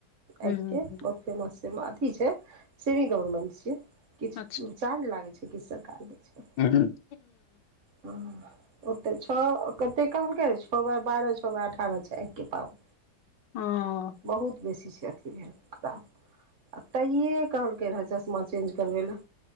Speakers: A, on the left; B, on the right.
A: हूं
B: आँखि के अथि छै सेमी गवर्मेंट छै किछ
A: अच्छा
B: चार्ज लागै छै तऽ किछ सरकार दै छै
A: हूंम्म
B: हँ ओते छौ कत्ते कहलकै छौ बाय बारह छौ बाय अठारह छै आँखिके पावर
A: हँ
B: बहुत बेसी छै अथी भेल खराब आ तहिये कहलकै रहे चश्मा चेंज करबै लै